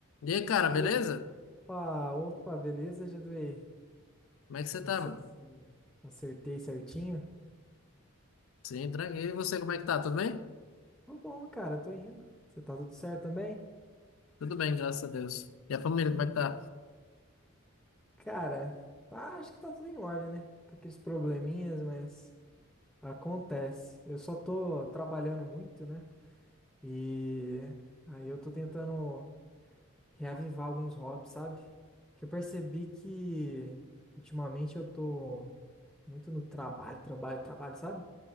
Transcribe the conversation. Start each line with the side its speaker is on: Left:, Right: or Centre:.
Left: E aí, cara,
Centre: Opa,
Left: beleza?
Centre: opa, beleza, Geduei?
Left: Como é que você
Centre: Não
Left: tá,
Centre: sei
Left: mano?
Centre: se acertei certinho.
Left: Sim, tranquilo. E você, como é que tá? Tudo bem?
Centre: Tô bom, cara, tô indo. Você tá tudo certo também?
Left: Tudo bem, graças a Deus. E a família,
Centre: Então,
Left: como
Centre: beleza.
Left: é que tá?
Centre: Cara, tá- acho que tá tudo em ordem, né? Com aqueles probleminhas, mas acontece. Eu só tô trabalhando muito, né? E aí eu tô tentando reavivar alguns hobbies, sabe? Que eu percebi que ultimamente eu tô muito no trabalho, trabalho, trabalho, sabe?